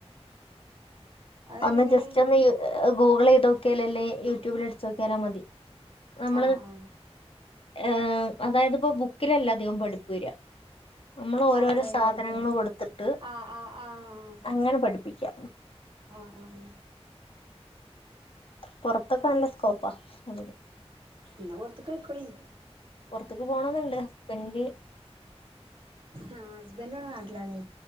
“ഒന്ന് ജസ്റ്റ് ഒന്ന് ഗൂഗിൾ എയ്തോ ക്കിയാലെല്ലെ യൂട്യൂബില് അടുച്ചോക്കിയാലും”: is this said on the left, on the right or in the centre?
Left